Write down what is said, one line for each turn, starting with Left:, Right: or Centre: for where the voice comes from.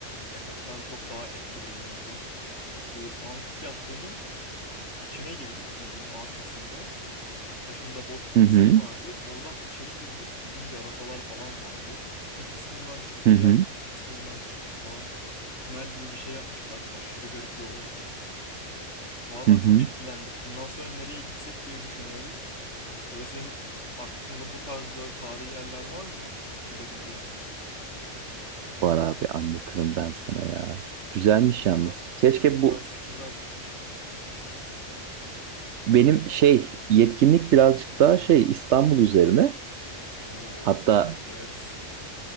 Left: Efes'ten çok daha etkileyiciydi. Bu amfiteyatronun içine girdik bildiğin arkasında. Taşında boş bir
Right: hı
Left: kısmı
Right: hı
Left: vardı. Oradan içeri girdik bildiğin yarasalar falan vardı. Bir kısmından çıkıp
Right: hı
Left: diğer
Right: hı.
Left: tı- kısmından çıktık falan. Tünel gibi bir şey yapmışlar. Aşırı garip ve hoştu. Valla
Right: hı hı.
Left: çok etkilendik. Bundan sonra nereye gitsek diye düşünüyoruz. Böyle senin aklında bu tarz böyle tarihi yerler var mı gidebileceğimiz?
Right: Var abi anlatırım ben sana ya. Güzelmiş
Left: Valla
Right: yalnız. Keşke
Left: birkaç
Right: bu
Left: fikir ver.
Right: benim şey yetkinlik birazcık daha şey İstanbul üzerine.
Left: Oo
Right: Hatta
Left: İstanbul severiz.